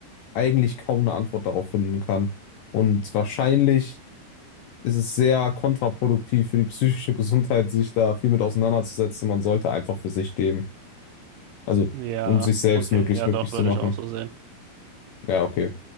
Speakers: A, on the left (about 75°); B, on the right (about 80°).
A: eigentlich kaum eine Antwort darauf finden kann. Und wahrscheinlich ist es sehr kontraproduktiv für die psychische Gesundheit, sich da viel mit auseinanderzusetzen. Man sollte einfach für sich leben. Also,
B: ja,
A: um sich selbst
B: okay,
A: möglichst
B: ja,
A: glücklich
B: doch, würde
A: zu machen.
B: ich auch so sehen.
A: Ja, okay.